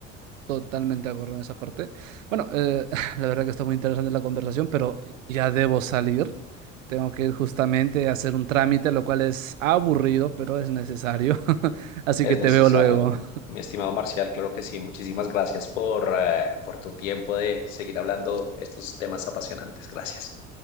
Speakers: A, on the right; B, on the left.
A: Totalmente de acuerdo en esa parte. Bueno, eh, <laughs> la verdad que está muy interesante la conversación, pero ya debo salir. Tengo que ir justamente a hacer un trámite, lo cual es aburrido, pero es necesario. <laughs> Así
B: Es
A: que te
B: necesario.
A: veo luego.
B: Mi estimado Marcial, claro que sí. Muchísimas gracias por, eh, por tu tiempo de seguir hablando estos temas apasionantes. Gracias.